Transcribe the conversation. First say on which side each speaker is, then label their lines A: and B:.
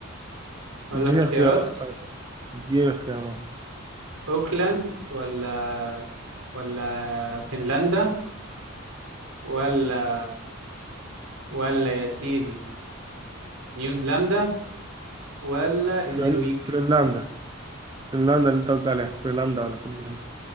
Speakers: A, on the right (about 85°); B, on the right (about 20°).
A: اقول
B: اديني
A: لك اختيارات
B: اختيارات طيب اديني اختيارات
A: اوكلاند ولا ولا فنلندا ولا ولا يا سيدي نيوزيلندا ولا النرويج
B: فن- فنلندا فنلندا اللي أنت قلت عليها فنلندا ولا فنلندا